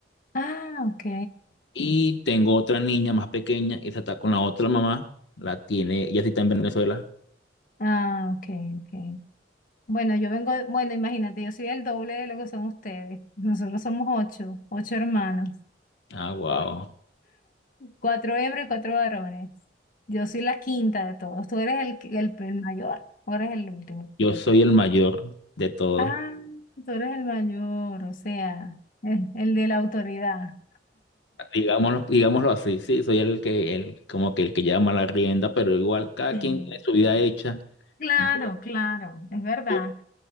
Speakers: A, on the left; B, on the left.
A: Ah, ok.
B: Y tengo otra niña más pequeña, esa está con la otra mamá, la tiene, ella sí está en Venezuela.
A: Ah, ok, ok. Bueno, yo vengo, de- bueno, imagínate, yo soy el doble de lo que son ustedes. Nosotros somos ocho, ocho hermanos,
B: Ah, wow.
A: cuatro hembras y cuatro varones. Yo soy la quinta de todos. Tú eres el, el el mayor, tú eres el último.
B: Yo soy el mayor de todos.
A: Ah, tú eres el mayor, o sea, el, el de la autoridad.
B: Digámoslo, digámoslo así, sí, soy el que, el, como que el que llama la rienda, pero igual cada
A: Sí.
B: quien tiene su vida hecha.
A: Claro,
B: Yo,
A: claro, es verdad.
B: yo